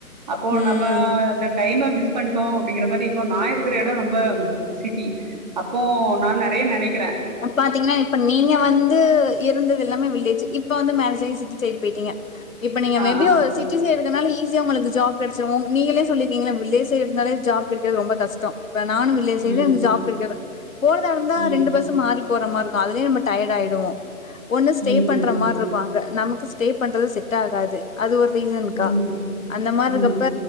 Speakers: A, on the right (about 30°); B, on the left (about 60°).
A: அப்போ
B: ம்
A: நம்ம அந்த டைம்ம மிஸ் பண்ட்டோ அப்டிங்கிற மாரி இப்ப நா இருக்குற எடோ ரொம்ப சிட்டி அப்போ நா நறைய நெனைக்க
B: பாத்தீங்கன்னா இப்ப நீங்க வந்து இருந்தது எல்லாமே வில்லேஜு இப்ப வந்து மேரேஜாயி சிட்டி சைட் போய்ட்டீங்க இப்ப நீங்க
A: ஆ,
B: மேபி
A: ஆ.
B: ஒரு சிட் சிட்டி சைட் இருக்கனால ஈஸியா உங்களுக்கு ஜாப் கெடச்சிரு நீங்களே சொல்லிருக்கீங்கள வில்லேஜ் சைட் இருந்தாலே ஜாப் கெடைக்கிறது ரொம்ப கஷ்டோ இப்ப நானு வில்லேஜ்
A: ம்,
B: சைடு ஜாப் கிடைக்காது போறதா இருந்தா
A: ம்,
B: ரெண்டு பஸ் து மாறி போற மாருக்கும் அதுலயே நம்ம டயடு ஆயடுவோ ஒண்ணு
A: ம்,
B: ஸ்டே பண்ற
A: ம்,
B: மாதிரி இருப்பாங்க நமக்கு ஸ் ஸ்டே பண்றது செட்டாகாது அது ஒரு ரீசன்க்கா
A: ம்,
B: அந்த மார்ருக்கப்ப
A: ம்,